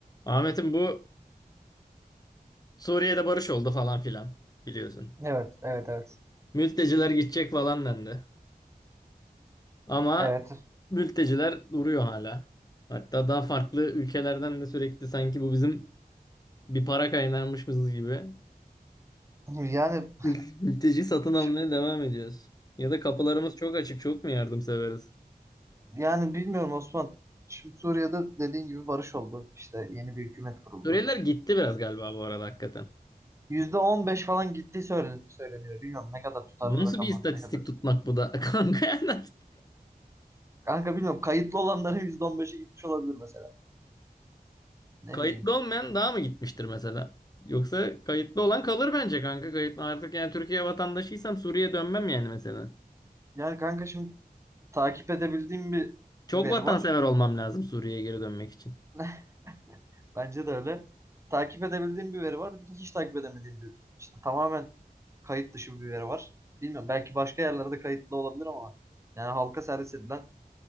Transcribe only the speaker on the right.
Evet, evet, evet.
Evet.
Yani
şimdi,
yani bilmiyorum Osman. Şimdi Suriye'de dediğin gibi barış oldu. İşte yeni bir hükümet kuruldu.
%15 falan gittiği söylen- söyleniyor. Bilmiyorum ne kadar tutarlı
rakamlar
ne kadar.
Kanka bilmiyorum kayıtlı olanların %15'i gitmiş olabilir mesela. Ne
bileyim.
Yani kanka şimdi takip edebildiğim bir
veri
var.
<laughs> Bence de öyle. Takip edebildiğim bir veri var. Bir de hiç takip edemediğim bir işte tamamen kayıt dışı bir veri var. Bilmiyorum belki başka yerlerde kayıtlı olabilir ama yani halka servis edilen